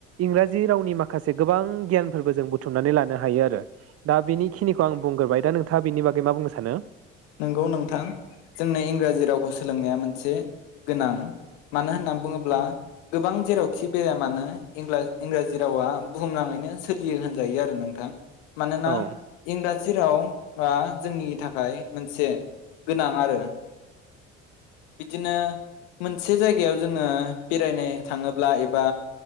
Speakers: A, on the right; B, on the left.
A: इंराजि रावनि माखासे गोबां बुंलायनो हायो आरो बेबादिनो इंराजि रावनि माखासे गोबां गियानफोरबो जों बुथुमनानै लानो हायो आरो दा बिनिखिनिखौ आं बुंग्रोबाय दा नोंथाङा बिनि बागै मा बुंनो सानो?
B: नंगौ नोंथां जोंनो इंराजि रावखौ सोलोंनाया मोनसे गोनां मानो होननानै बुङोब्ला गोबां जेरावखि बेरायआ मानो इंराजि रावा बुहुमनाङैनो सोलियो होनदों जायो आरो नोंथां। मानोना
A: औ
B: इंराजि जेराव बा जोंनि थाखाय मोनसे गोनां आरो बिदिनो मोनसे जायगायाव जोङो बेरायनो थांङोब्ला एबा